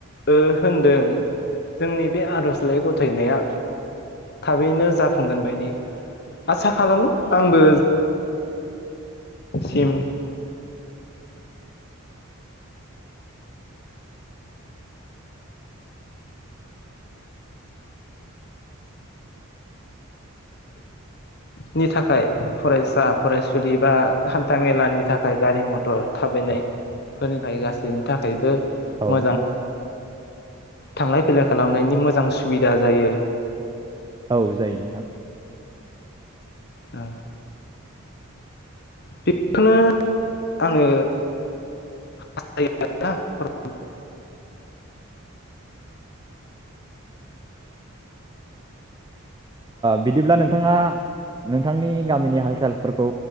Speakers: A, on the left; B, on the right.
A: ओ होनदों जोंनि बे आजलाइ गथायनाया थाबैनो जाफुंगोन बायदि। आसा खालामो आंबो <unintelligible> नि थाखाय फरायसा फरायसुलि बा हान्था मेलानि थाखाय गारि मथर थाबायनायफोरनि थाखाय गासैनि थाखायबो।
B: औ
A: मोजां
B: नोंथां।
A: थांलाय फैलाय खालामनायनि मोजां सुबिदा जायो।
B: औ जायो नोंथां।
A: ओ। बेखौनो आङो हास्थायो आरोना।
B: बिदिब्ला नोंथाङा नोंथांनि गामिनि हाल सालफोरखौ